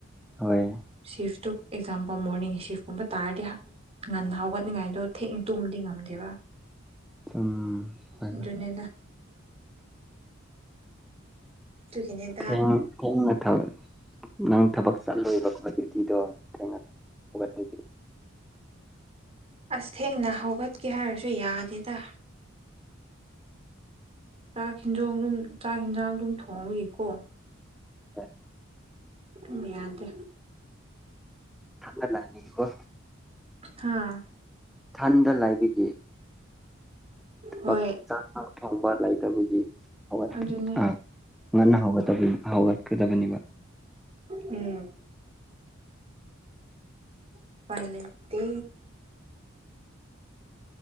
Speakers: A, in the centre; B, on the right (about 30°).
A: ꯍꯣꯏ
B: ꯁꯤꯤꯐꯇꯨ ꯑꯦꯛꯖꯥꯝꯄꯜ ꯃꯣꯔꯅꯤꯡ ꯁꯤꯤꯐꯀꯨꯝꯕ ꯇꯔꯗꯤ ꯉꯟꯅ ꯍꯧꯒꯠꯅꯤꯡꯉꯥꯏꯗꯣ ꯊꯦꯡꯅ ꯇꯨꯝꯕꯗꯤ ꯉꯝꯗꯦꯕ
A: ꯎꯝ ꯍꯣꯏ
B: ꯑꯗꯨꯅꯦꯗ ꯇꯣꯏ ꯀ
A: ꯑ ꯊꯦꯡꯅ ꯅꯪ ꯊꯕꯛ ꯆꯠꯂꯣꯏꯕ ꯀ꯭ꯋꯥꯇꯇꯤꯗꯣ ꯊꯦꯡꯅ ꯍꯧꯒꯠꯂꯗꯔꯤ
B: ꯑꯁ ꯊꯦꯡꯅ ꯍꯧꯒꯠꯀꯦ ꯍꯥꯏꯔꯁꯨ ꯌꯥꯗꯦꯗ ꯆꯥꯛ ꯍꯦꯟꯖꯥꯡ ꯑꯗꯨꯝ ꯆꯥꯛ ꯌꯦꯟꯖꯥꯡ ꯑꯗꯨꯝ ꯊꯣꯡꯕꯒꯤꯀꯣ
A: ꯍꯣꯏ
B: ꯇꯨꯝꯕ ꯌꯥꯗꯦ
A: ꯈꯥꯛꯂꯅꯤꯀꯣ
B: ꯍꯥꯥ
A: ꯏꯊꯟꯗ ꯂꯩꯥꯔꯤ ꯊꯕꯛ
B: ꯍꯣꯏ
A: ꯆꯥꯊꯣꯛꯅꯕ ꯂꯩꯇꯕꯒꯤ ꯍꯧꯒꯠ
B: ꯑꯗꯨꯅꯦ
A: ꯑꯥ
B: ꯫
A: ꯉꯟꯅ ꯍꯧꯒꯕꯅꯤ ꯍꯧꯒꯠꯀꯗꯕꯅꯤꯕ
B: ꯎꯝ ꯎꯄꯥꯏ ꯂꯩꯇꯦ